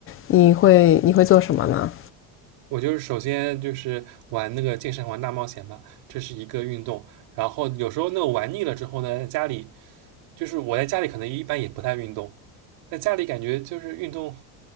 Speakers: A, on the left; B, on the right.
A: 你会你会做什么呢？
B: 我就是首先就是玩那个健身环大冒险吧，这是一个运动。然后有时候那个玩腻了之后呢，在家里就是我在家里可能一般也不太运动，在家里感觉就是运动